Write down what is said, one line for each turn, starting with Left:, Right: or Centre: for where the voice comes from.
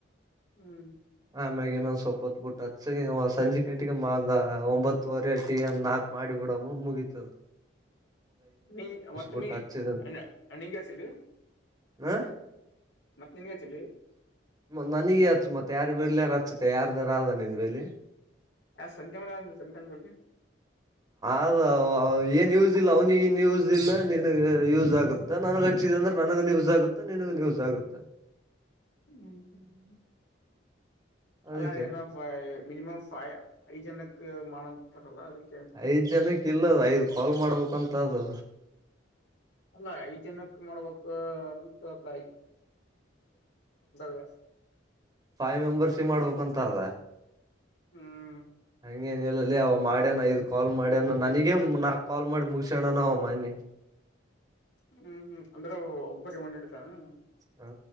Left: ಹ್ಮ್.
Right: ಆ ಮ್ಯಾಗ ಇನ್ನೊಂದು ಸಲ್ಪ ಹೊತ್ ಬಿಟ್ಟು ಹಚ್ಚಿ ಸಂಜೆ ಕಟ್ಟಿಗೆ ಮಾಲ್ ಒಂಬತ್ತುವರೆ ಅಟ್ಟಿಗೆ ನಾಲ್ಕು. ಮಾಡಿ ಬಿಡಮ್ಮ ಮುಗೀತ್ತು.
Left: ನೀ ಮತ್ತ
Right: ಬಿಟ್ಟು
Left: ನೀ
Right: ಹಚ್ಚಿದ
Left: ಅಣ್ಣಾಗೆ ಹೇಳ್ತಿಲೇ.
Right: ಹಾ ಹಾ
Left: ಮತ್ತ್ ನಿನ್ಗೆ ಚಿಲ್ಲಿ
Right: ಮತ್ ನನಿಗೆ ಅಚ್ಚು ಮತ್ತ್ ಯಾರ ಬೇರೆ ಯಾರ ಹಚ್ಚತೆ ಯಾರ್ದಾರ ಅದ ನಿನ್ ಬೆಲಿ
Left: ಯಾ ಸಂಧ್ಯಾ ಬ ಸಂತ ಬಂದಿ <inaudible>
Right: ಅದು ಏ ಯೂಸ್ ಇಲ್ಲ ಅವನಿ ಯೂಸ್ ಇಲ್ಲ ನಿನಗೂ ಯೂಸ್ ಆಗುತ್ತಾ ನನಗ ಹಚ್ಚಿದ್ರೆ ನನಗೂನ್ ಯೂಸ್ ಆಗುತ್ತಾ ನೀನಗೂನು ಯೂಸ್ ಆಗುತ್ತಾ.
Left: ಹ್ಮ್ ಹ್ಮ್
Right: ಅದಕ್ಕೆ
Left: ಅಲ್ಲ ಏನೋ ಮಿನಿಮಮ್ ಫೈವ್ ಐದು ಜನಕ್ ಮಾಡಂತಾರಲ್ಲ ಅದಕ್
Right: ಐದ್ ಜನಕ್ಕೆ ಇಲ್ಲ ಅದ ಐದ್ ಕಾಲ್ ಮಾಡ್ಬೇಕಂತ ಅದು
Left: ಅಲ್ಲಾ ಐದ್ ಜನಕ್ ಮಾಡ್ಬೇಕು ಅಂತಲ್ಲ <unintelligible>
Right: ಫೈವ್ ಮೆಂಬರ್ಸ್ಸಿಗೆ ಮಾಡ್ಬೇಕಂತ ಅದ.
Left: ಹ್ಮ್
Right: ಹಂಗೇನಿಲ್ಲ ಲ್ಲೇ ಅವ ಮಾಡ್ಯನ ಐದ್ ಕಾಲ್ ಮಾಡ್ಯನ ನನಗೇ ನಾಕ್ ಕಾಲ್ ಮಾಡಿ ಮುಗಸ್ಯಣನ ಅವ ಮೊನ್ನಿ
Left: ಹ್ಮ್ ಹ್ಮ್ ಅಂದ್ರೆ ಒಬ್ಬರಿ ಮ ನಡತಾರನ
Right: ಹಾ